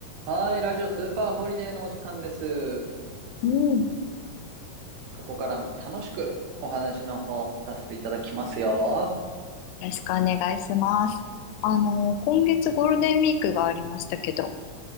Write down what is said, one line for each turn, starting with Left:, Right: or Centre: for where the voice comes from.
Right: はい、ラジオスーパーホリデーのお時間です。
Left: うん。よ
Right: ここからも楽しくお話の方させていただきますよ。
Left: ろしくお願いします。あの、
Right: あ
Left: 今月ゴールデンウィークがありましたけど、